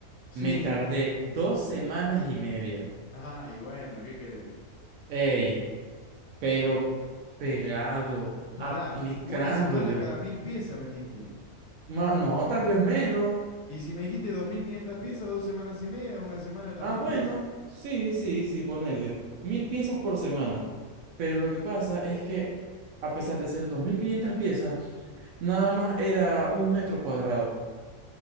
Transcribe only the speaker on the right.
me tardé dos semanas y media.
Ey, pero pegado,
aplicándole.
Ma- no, tal vez menos.
Ah,
bueno,
sí, sí, sí, ponele. Mil piezas por semana. Pero lo que pasa es que, a pesar de ser 2.500 piezas, nada más era un metro cuadrado.